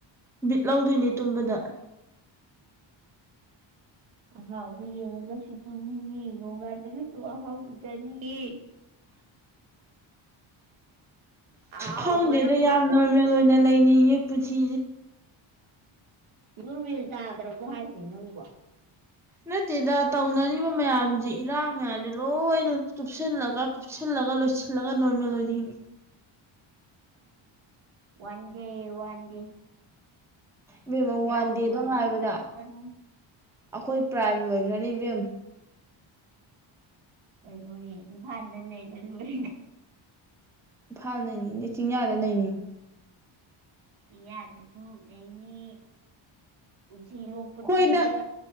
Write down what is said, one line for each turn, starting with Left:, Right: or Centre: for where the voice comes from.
Centre: ꯕꯤꯠ ꯂꯧꯗꯣꯏꯅꯦ ꯇꯨꯝꯕꯗ
Right: ꯑꯍꯥꯎꯕ ꯌꯦꯡꯉꯒꯁꯨ ꯇꯨꯝꯅꯤꯡꯉꯦ ꯅꯣꯡꯉꯥꯜꯂꯒꯁꯨ ꯑꯍꯥꯎꯕ ꯆꯥꯅꯤꯡꯉꯦ
Centre: <inaudible>
Right: ꯑꯍꯥꯎꯕꯅ
Centre: ꯈꯪꯗꯦꯗꯣ
Right: ꯀꯣꯏꯆꯠ
Centre: ꯌꯥꯝ ꯅꯣꯔꯃꯦꯜ ꯑꯣꯏꯅ ꯂꯩꯅꯤꯡꯉꯤ ꯄꯆꯤ
Right: ꯔꯃꯤꯜ ꯇꯥꯗ꯭ꯔꯕꯨ ꯍꯥꯏꯁꯦ ꯅꯪꯀꯣ
Centre: ꯅꯠꯇꯦꯗ ꯇꯧꯅꯔꯤꯕ ꯃꯌꯥꯝꯁꯦ ꯏꯔꯥꯡ ꯃꯌꯥꯝꯁꯦ ꯂꯣꯏꯅ ꯇꯨꯞꯁꯤꯜꯂꯒ ꯀꯨꯞꯁꯜꯂ ꯂꯒ ꯂꯣꯏ ꯂꯒ ꯅꯔꯃꯦ ꯂꯣꯏꯅꯤ ꯍ
Right: ꯋꯥꯟ ꯗꯦ ꯋꯥꯟꯗꯦ
Centre: ꯕꯦꯝ
Right: ꯏꯔꯥꯡꯒꯤ
Centre: ꯋꯥꯟ ꯗꯦꯗꯣ
Right: ꯋꯥꯔꯤ
Centre: ꯉꯥꯏꯕꯗ
Right: ꯁꯥꯔꯛꯀꯅꯨ
Centre: ꯑꯩꯈꯣꯏ ꯄ꯭ꯔꯥꯏꯝ ꯂꯣꯏꯈ꯭ꯔꯅꯤ ꯕꯦꯝ
Right: ꯀꯩꯅꯣ ꯏꯝꯐꯜꯗ ꯂꯩꯔ ꯂꯣꯏ
Centre: ꯏꯝꯐꯥꯜ ꯅꯩꯅꯅꯤꯡꯉꯦ ꯆꯤꯡꯌꯥꯗ ꯅꯩꯅꯅꯤꯡꯉꯤ
Right: ꯏꯌꯥ ꯑꯗꯨꯁꯨꯨ ꯅꯅꯤ ꯁꯤꯤ ꯂꯨꯄ
Centre: ꯍꯣꯏꯗ
Right: ꯆꯤꯡꯗ